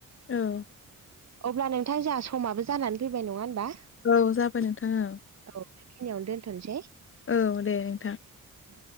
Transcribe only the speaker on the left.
ओं।
औ जाबाय नोंथां औ।
औ दे नोंथां।